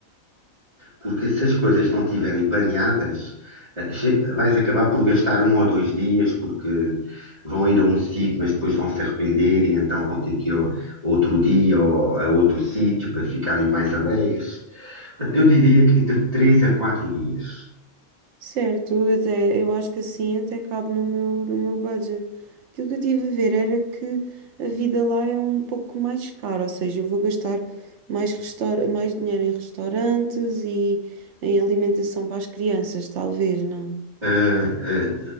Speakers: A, on the right; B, on the right.
A: Porque se as coisas não estiverem planeadas, eh, che- vais acabar por gastar um ou dois dias, porque vão ir a um sítio, mas depois vão se arrepender e então vão ter que ir ao- outro dia ou a outro sítio para ficarem mais alegres. Portanto, eu diria que entre três a quatro dias.
B: Certo, eu até, eu acho que assim até cabe no meu, no meu budget. Aquilo que eu tive a ver era que a vida lá é um pouco mais cara, ou seja, eu vou gastar mais, restaur mais dinheiro em restaurantes e em alimentação para as crianças, talvez, não? <laughs>
A: Ah, ah,